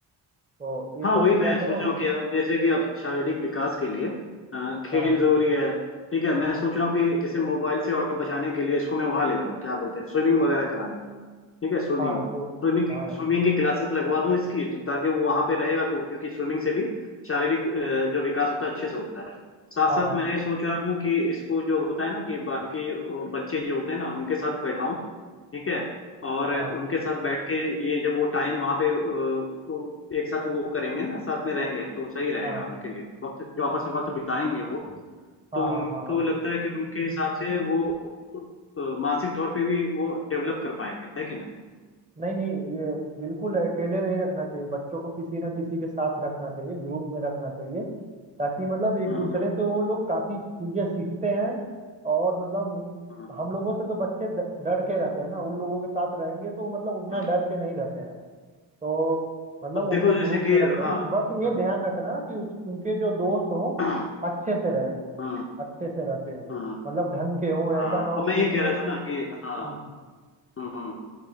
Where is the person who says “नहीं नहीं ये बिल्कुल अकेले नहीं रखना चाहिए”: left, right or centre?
Right